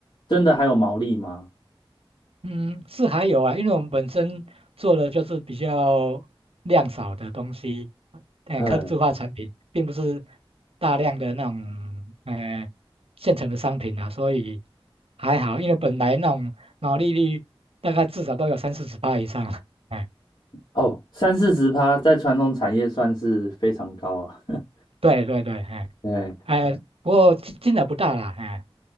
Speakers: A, on the left; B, on the right.
A: 真的还有毛利吗？
B: 嗯，是还有啊，因为我们本身做的就是比较量少的东西，哎，
A: 呃，
B: 客制化产品，并不是大量的那种，呃，现成的商品啊，所以还好，因为本来那种毛利率大概至少都有三四十趴以上了，哎，
A: 哦，三四十趴在传统产业算是非常高了。<laughs>
B: 对对对，哎，
A: 对，
B: 哎，不过金金额不大啦，哎，